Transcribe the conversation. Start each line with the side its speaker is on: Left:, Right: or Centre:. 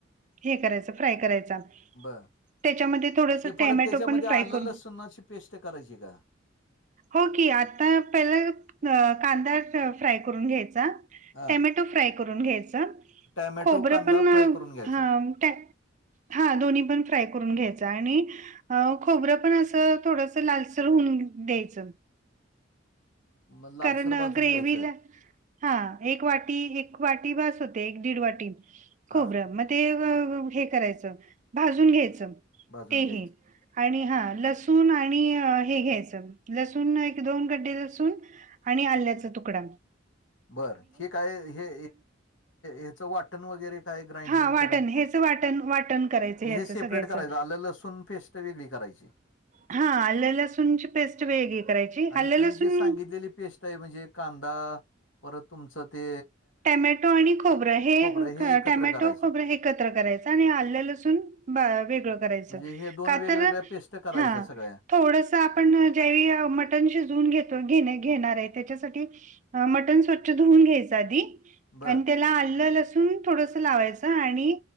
Right: हे करायच, फ्राय करायचा.
Left: बरं.
Right: त्याच्यामध्ये थोडंसं
Left: ते
Right: टॅमॅटो
Left: परत त्याच्यामध्ये
Right: पण फ्राय
Left: आलं
Right: करू
Left: लसूणाची पेस्ट करायची का?
Right: ओके आता पहिला कांदा फ्राय करून घ्यायचा
Left: हां.
Right: टॅमॅटो फ्राय करून घ्यायचा,
Left: टोमॅटो,
Right: खोबरं
Left: कांदा
Right: पण
Left: फ्राय करून घ्यायचा.
Right: हं त्या हां दोन्ही पण फ्राय करून घ्यायचा, आणि अं खोबरं पण असं थोडस लालसर होऊन द्यायचं
Left: मग लालसर
Right: कारण
Left: भाजून
Right: ग्रेवीला
Left: घ्यायचं
Right: हा एक वाटी, एक वाटी बास होते, एक दीड वाटी
Left: हा
Right: खोबरं म ते हे करायचं भाजूंन घ्यायचं
Left: भाजून
Right: ते
Left: घ्यायचं
Right: ही आणि हां लसूणं आणि हे घ्यायचं लसूणं एक दोन कड्डे लसूणं आणि आल्याच्या तुकडां
Left: बरं हे कायं हे हेचं वाटणं वगैरें कायं ग्राइंडिंग
Right: हां, वाटण
Left: करायचं
Right: ह्याचं वाटण वाटण करायचं ह्याचं
Left: हे सेपरेट
Right: सगळ्याचं.
Left: करायचं आलं लसूणं पेस्ट वेगळी करायची
Right: हां आल्ले लसूणंची पेस्ट वेगळी करायची
Left: आणि
Right: आल्ले
Left: तुम्ही
Right: लसूणं
Left: जे सांगितलेली पेस्ट आहे म्हणजे कांदा परतं तुमचं ते
Right: टॅमॅटो आणि खोबरं हे
Left: खोबरं हे एकत्र
Right: टॅमॅटो
Left: करायचं
Right: खोबरं एकत्रं करायचं आणि आल्यालसूनं बरं वेगळं करायचं
Left: म्हणजे हे दोन
Right: कां
Left: वेगवेगळ्या
Right: तरं
Left: पेस्ट करायच्या
Right: हां
Left: सगळ्या
Right: थोडंसं आपणं ज्यावे मटंण शिजवूंन घेतो घे घेणारं आहे त्यांच्यासाठी मटंन स्वच्छ धुऊन घ्यायचं आधी
Left: बरं
Right: त्यांला आलं लसूनं थोडंसं लावायचं आणि